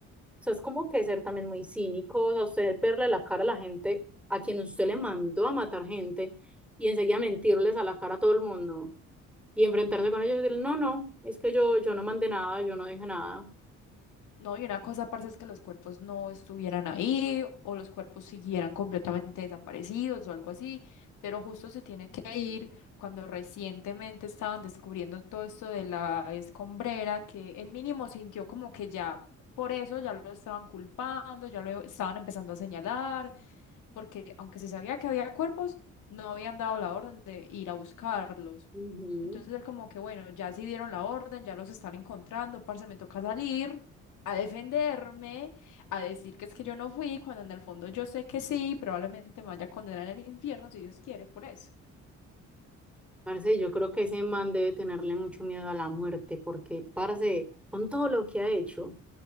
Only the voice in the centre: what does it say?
sea, es como que ser también muy cínico, o sea, usted verle la cara a la gente a quien usted le mandó a matar gente y enseguida mentirles a la cara a todo el mundo y enfrentarse con ellos y decir, no, no, es que yo, yo no mandé nada, yo no dije nada.
Ujú.
Parce, yo creo que ese man debe tenerle mucho miedo a la muerte porque, parce, con todo lo que ha hecho.